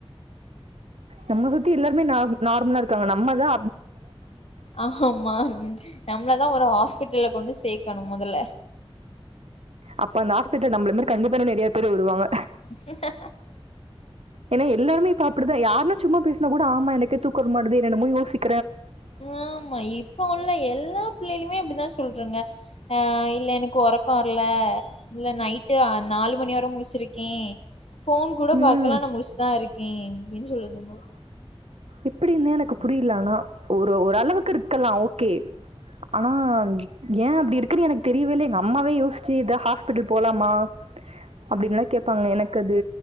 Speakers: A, on the right (about 80°); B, on the left (about 80°).
A: நம்ம சுத்தி எல்லாருமே நார் நார்மலா இருக்காங்க நம்மதா
B: ஆஹ் மா நம்மளதா ஒரு ஹாஸ்பிட்டல்ல கொண்டு சே சேக்கணு முதல்ல
A: அப்ப அந்த ஹாஸ்பிடல் நம்மள மேரி கண்டிப்பா இன்னு நெறைய பேர் வருவாங்க
B: <inaudible> ஹெஹா
A: ஏன்னா எல்லாருமே இப்ப அப்பிடிதா யாருனா சும்மா பேசனா கூட ஆமா எனக்கே தூக்கோ வரமாட்டுது என்னென்னமோ யோசிக்
B: ஆமா இப்ப உள்ள எல்லா பிள்ளைலுமே அப்பிடிதா சொ சொல்லுருங்க ஆ இல்ல எனக்கு ஒரக்கோ வரல இல்ல நைட்டு நாலு மணி வர முழிச்சிருக்கே ஃபோன் கூட
A: ம்.
B: பாக்கலா ஆனா முழிச்சதா இருக்கே அப்பிடின் சொல்லுதுங்க
A: எப்பிடின்தா எனக்கு புரியலா ஆனா ஒரு ஓரளவுக்கு இருக்கலா ஓக் கே ஆனா ஏ அப்பிடி இருக்குன்னு எனக்கு தெரியவே இல்ல எங்க அம்மாவே யோசிச்சு இத ஹாஸ்பிட்டல் போலாமா அப்பிடின்ல்லா கேப்பாங்க எனக்கு அது